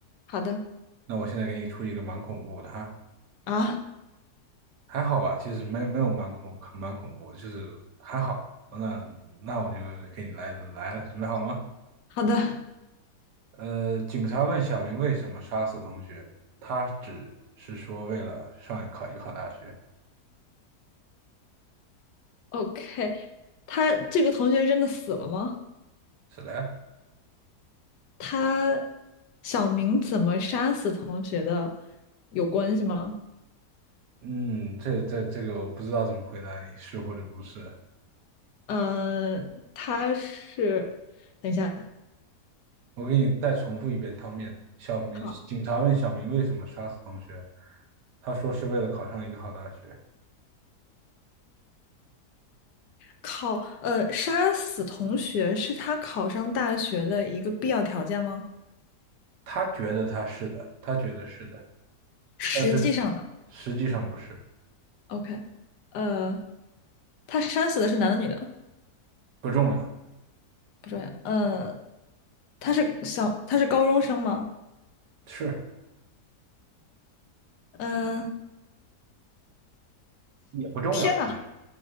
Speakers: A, on the left; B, on the right.
A: 好的
B: 那我现在给你出一个蛮恐怖的哈，
A: 啊，
B: 还好吧，其实没没有蛮恐蛮恐怖的就是还好。那那我就给你来来了，准备好了吗？
A: 好的
B: 呃，警察问小明为什么杀死同学，他只是说为了上考一个好大学。
A: ，OK。他这个同学真的死了吗？
B: 是的呀，
A: 他小明怎么杀死同学的有关系吗？
B: 嗯，这这这个我不知道怎么回答你，是或者不是。
A: 嗯、他是，等一下，
B: 我给你再重复一遍汤面。小明，
A: 好
B: 警察问小明为什么杀死同学，他说是为了考上一个好大学。
A: 考，呃，杀死同学是他考上大学的一个必要条件吗？
B: 他觉得他是的，他觉得是的，
A: 实际上呢
B: 但是实际上不是。
A: ，OK，呃，他杀死的是男的女的？
B: 不重要，
A: 不重要，呃，他是小，他是高中生吗？
B: 是
A: 嗯，
B: 也不重要，
A: 天呐，
B: 其实